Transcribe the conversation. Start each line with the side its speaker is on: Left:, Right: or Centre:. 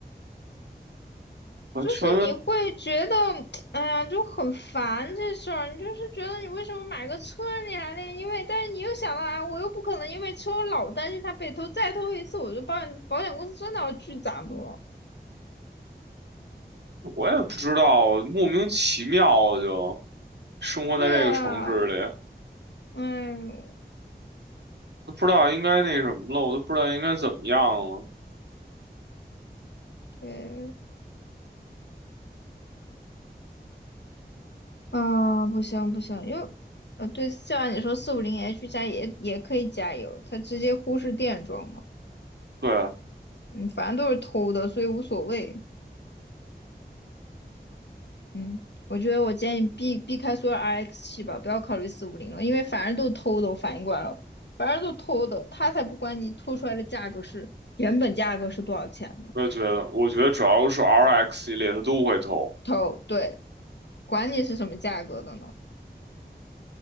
Right: 完全。
Left: 就是你会觉得，<tsk> 哎呀，就很烦这事儿，你就是觉得你为什么买个车你还那个，因为，但是你又想到，啊，我又不可能因为车我老担心它被偷，再偷一次我就保险保险公司真的要拒咱们了。
Right: 我也不知道，莫名其妙就生活在这个城市里，
Left: 对啊，哎呦，
Right: 都不知道应该那什么了，我都不知道应该怎么样了。
Left: 对啊，不行不行，因为呃，对，就像你说四五零 H 加也也可以加油，它直接忽视电装嘛，
Right: 对，
Left: 嗯，反正都是偷的，所以无所谓，嗯，我觉得我建议避避开所有 RX 七吧，不要考虑四五零了，因为反正都是偷的，我反应过来了，反正都偷的，他才不管你偷出来的价格是原本价格是多少钱呢，
Right: 我也觉得，我觉得只要是 RX 系列，它都会偷。
Left: 偷，对，管你是什么价格的呢，